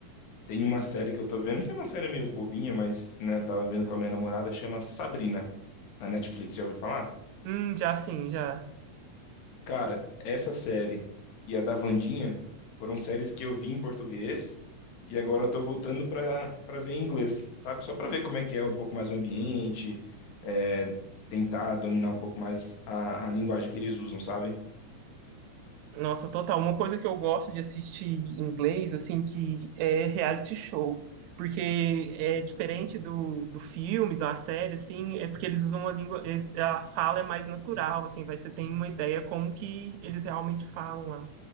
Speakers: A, on the left (about 85°); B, on the right (about 80°).
A: Tem uma série que eu tô vendo, que é uma série meio bobinha, mas, né, eu tava vendo com a minha namorada, chama Sabrina, na Netflix, já ouviu falar?
B: Hum, já sim, já.
A: Cara, essa série e a da Wandinha foram séries que eu vi em português e agora eu tô voltando pra, pra ver em inglês, sabe? Só pra ver como é que é um pouco mais o ambiente, é, tentar dominar um pouco mais a, a linguagem que eles usam, sabe?
B: Nossa, total. Uma coisa que eu gosto de assistir em inglês, assim, que é reality show. Porque é diferente do, do filme, da série, assim, é porque eles usam a língua, eles- a fala é mais natural, assim, vai, você tem uma ideia como que eles realmente falam lá.